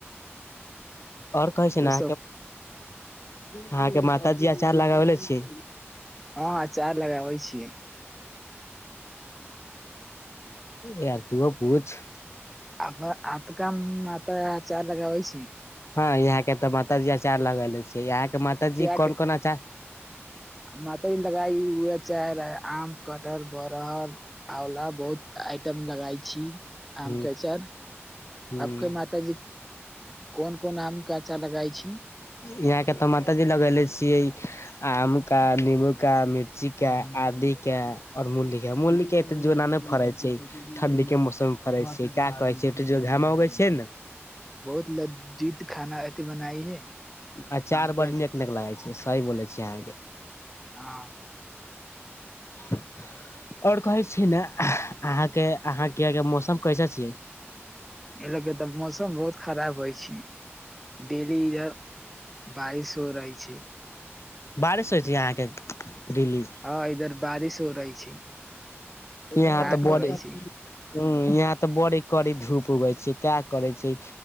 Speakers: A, on the left; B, in the centre.
A: ओर कहै छै
B: ओ
A: ना
B: सब
A: अहाँ के माताजी आचार लगाबले छी
B: हँ अचार लगाबै छियै
A: यार तूहो पूछ
B: आ आपका माता आचार लगाबै छै
A: हँ यहाँ के तऽ माताजी आचार लगले छी यहां के माताजी
B: किया
A: कोन कोन आचार
B: माता जी त लगा लग ई उहे आचार आम कटहर बरहर आला बहुत आइटम लगाई छी
A: ह
B: आम के अचार
A: ह
B: आपके माता जी कोन कोन आम क आचार लगा छी
A: यहााँ के टमाटर जे लगेले छियै आम का नीबू का मिर्ची का आदी कऔर मूली क मूली क जोना ने फड़े छै ठंडी के मौसम मे फरे छै का कहे छै जो घा मे उगे छै ने
B: बहुत लज्जित खाना अथि बनाई है
A: अचार
B: आम के
A: बड़ नीक लागै छै सही बोलै छी अहाँके
B: हँ
A: <inaudible> आओर कहै छी, ने अहाँकेँ अहाँकेँ मौसम कैसे छियै।
B: एहि ले के तऽ मौसम बहुत खराब होय छै, डेली इधर। बारिश हो रहै छै।
A: बारिश होइत अहाँकेँ दिल्ली।
B: हँ, इधर बारिश हो रही। छै
A: यहाँ
B: का
A: तऽ बडी।
B: करै छी
A: ह, यहाँ तऽ बड़ी कड़ी धूप उगै छै, क्या करे छै